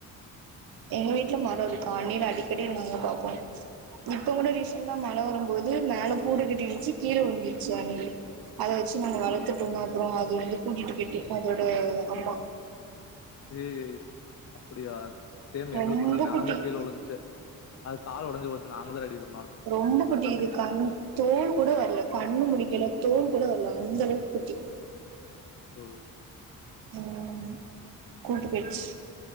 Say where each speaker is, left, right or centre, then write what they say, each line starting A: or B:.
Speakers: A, on the right; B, on the left.
A: எங்க வீட்ல மரோ இருக்கு அண்ல் அடிக்கடி நாங்க பாப்போம் இப்ப குட ரீசெண்டா மழ போது மேல கூடுகட் <unintelligible> கீழ உளுந்துச்சி அணில் அத வச்சு நாங்க வளத்துக்ட்டு இருந்தோம் அதுகப்றோ அது வந்து கூட்டிட்டு போச்சு அதோட அம்மா
B: ஏ அப்டியா சேம் எங்களுக்குட
A: ரொம்ப
B: தா மேலந்து
A: குட்டி
B: கீழ உழுந்ச்சி அது கால் ஒடஞ்சு போச்சு நாங்க தா ரெடி பண்
A: ரொம்ப குட்டி இது கண் தோல் கூட வரல கண்ணு முழிக்கல தோல் கூட வரலா அந்த அளவுக்கு குட்டி
B: ஒ
A: உம் கூட்டு போயிர்ச்சு